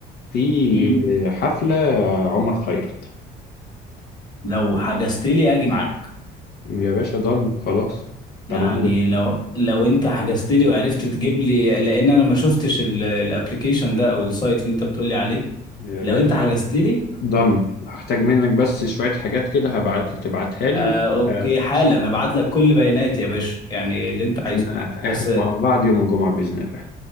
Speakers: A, on the left; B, on the left.
A: في
B: امم
A: حفله عمر خيرت
B: لو حجزت لي اجي معاك
A: يا باشا ضن خلاص تمام
B: يعني لو لو انت حجزت لي وعرفت تجيب لي لان انا ما شفتش الابلكيشن ده او السايت اللي انت بتقول لي عليه
A: يا
B: لو
A: باشا
B: انت حجزت لي
A: دن هحتاج منك بس شوية حاجات كده هبعت تبعتها لي
B: آه
A: و...
B: اوكي
A: آه،
B: حالا انا ابعت لك كل بياناتي يا باشا يعني اللي انت
A: احنا
B: عايزه بس
A: احنا مع بعض يوم الجمعة بإذن الله